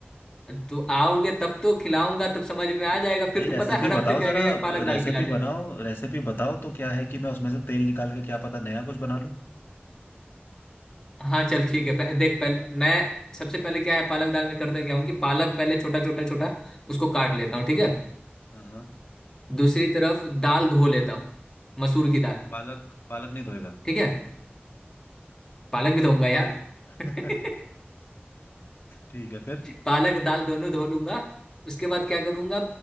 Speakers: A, on the left; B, on the left.
A: तो आओगे तब तो खिलाऊंगा तब समझ में आ
B: तो
A: जाएगा
B: भाई
A: फिर तो
B: रेसिपी
A: पता है हर हफ्ते
B: बताओ
A: कहेगा
B: जरा
A: यार पालक दाल
B: रेसिपी
A: खिला दे
B: बनाओ रेसिपी बताओ तो क्या है कि मैं उसमें से तेल निकाल के क्या पता नया कुछ बना लूं
A: हाँ चल ठीक है पह, देख पहले मैं सबसे पहले क्या है पालक दाल में करता क्या हूँ कि पालक पहले छोटा छोटा छोटा उसको काट लेता
B: हाँ
A: हूँ ठीक है
B: हाँ हाँ,
A: दूसरी तरफ दाल धो लेता हूँ मसूर
B: अच्छा
A: की दाल
B: पालक पालक नहीं धोएगा
A: ठीक है पालक भी धोऊंगा यार
B: <laughs>
A: <laughs>
B: ठीक है फिर
A: पालक दाल दोनों धो लूंगा उसके बाद क्या करूंगा